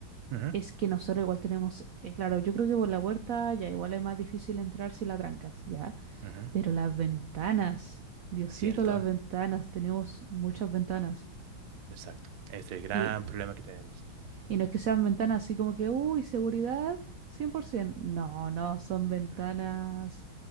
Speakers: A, on the right (about 65°); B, on the right (about 85°).
A: Ujú,
B: es que nosotros igual tenemos, eh, claro, yo creo que por la puerta ya igual es más difícil entrar si la trancas, ya.
A: ujú,
B: Pero las ventanas, Diosito,
A: Cierto,
B: las ventanas, tenemos muchas ventanas.
A: exacto. Es el gran
B: Y
A: problema que tenemos.
B: Y no es que sean ventanas así como que, uy, seguridad 100%. No, no, son ventanas
A: Ujú,